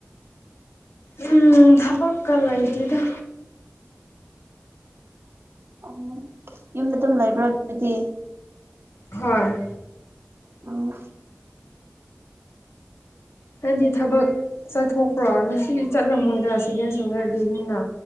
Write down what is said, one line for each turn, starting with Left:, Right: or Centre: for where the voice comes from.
Left: ꯎꯝ ꯊꯕꯛꯀ ꯂꯩꯇꯦꯗ
Right: ꯑꯝꯃꯣ ꯌꯨꯝꯗ ꯑꯗꯨꯝ ꯂꯩꯕ꯭ꯔꯥ ꯑꯗꯨꯗꯤ
Left: ꯍꯣꯏ
Right: ꯑꯣ
Left: ꯅꯪꯗꯤ ꯊꯕꯛ ꯆꯠꯊꯣꯛꯄ꯭ꯔꯣ ꯉꯁꯤꯗꯤ ꯆꯠꯂꯝꯃꯣꯏꯗ ꯁꯦꯀꯦꯟ ꯁꯒꯔꯗꯦꯅꯤꯅ